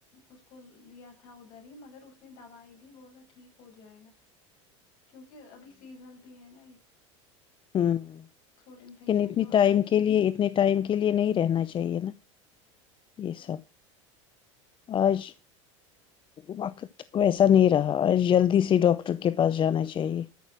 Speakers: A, on the left; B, on the left.
A: اس کو لیا تھا ادھر ہی مگر اس نے دوائی دی بول رہا ٹھیک ہو جائے گا کیونکہ ابھی سیزنل بھی ہے نا یہ
B: ہاں <unintelligible>
A: تھروٹ انفیکشن
B: لیکن اتنی
A: جو ابھی
B: ٹائم
A: ہے
B: کے
A: اسی
B: لیے اتنے ٹائم کے لیے نہیں رہنا چاہیے نا <unintelligible> یہ سب آج وقت ویسا نہیں رہا آج جلدی سے ڈاکٹر کے پاس جانا چاہیے